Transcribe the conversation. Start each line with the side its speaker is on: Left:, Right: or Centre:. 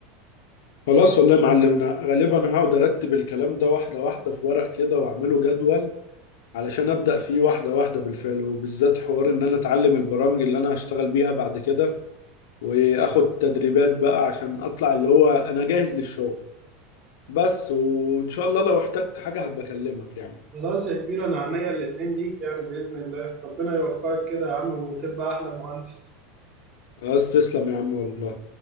Left: خلاص والله يا معلم انا غالبا هقعد ارتب الكلام ده واحده واحده في ورق كده واعمله جدول علشان ابدا فيه واحده واحده بالفعل وبالذات حوار ان انا اتعلم البرامج اللي انا هشتغل بيها بعد كده واخد تدريبات بقى عشان اطلع اللي هو انا جاهز للشغل بس وان شاء الله لو احتجت حاجه هبقى اكلمك يعني
Right: خلاص يا كبير انا عينيا الاتنين ليك يعني باذن الله ربنا يوفقك كده يا عم وتبقى احلى مهندس
Left: خلاص تسلم يا عم والله